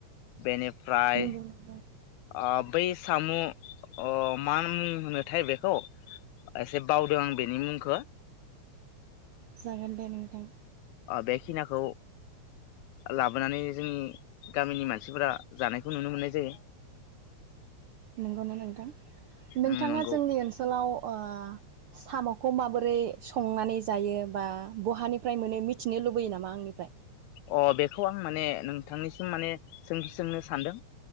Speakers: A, on the left; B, on the right.
A: बेनि फ्राय
B: नंगौ नोंथां
A: आब बै साम' मा अ मा मुं होनोथाय बेखौ, एसे बावदों आं बेनि मुंखौ
B: जागोन दे नोंथां।
A: बेखिनाखौ लाबोनानै जोंनि गामिनि मानसिफोरा जानायखौ नुनो मोननाय जायो।
B: नंगौना नोंथां? नोंथाङा
A: उम नंगौ
B: जोंनि ओनसोलाव ओ साम'खौ माबोरै संनानै जायो बा बहानिफ्राय मोनो मिथिनो लुबैयो नामा आंनिफ्राय?
A: अ बेखौ आं माने नोंथांनिसिम माने सोंथि सोंनो सानदों